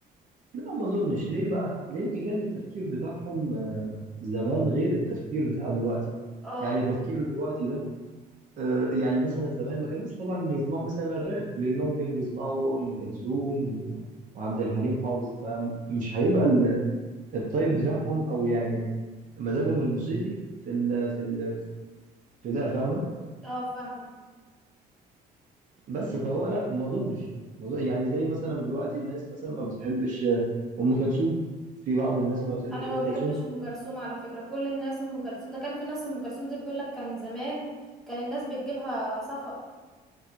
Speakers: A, on the right (about 50°); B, in the centre.
A: لا ما اظنش ليه بقى لان كان التفكير بتاعهم آه، زمان غير التفكير بتاع دلوقتي
B: اه
A: يعني تفكير دلوقتي ده آه، يعني مثلا زمان ما كانوش طبعا يسمعوا مثلا الراب لانهم كانوا بيسمعوا ام كلثوم و- وعبد الحليم حافظ فمش هيبقى ال- الطيب بتاعهم او يعني مزاجهم الموسيقي في ال في ال في ده فاهمه
B: اه فاهمه
A: بس فهو لا ما اظنش ما أظن- يعني زي مثلا دلوقتي الناس مثلا ما بتحبش آه، ام كلثوم في بعض الناس ما بتحبش
B: انا ما
A: ام كلثوم
B: بحبش ام كلثوم على فكره كل الناس ام كلثوم ده كان في ناس ام كلثوم دي بيقول لك كان زمان كان الناس بتجيلها سفر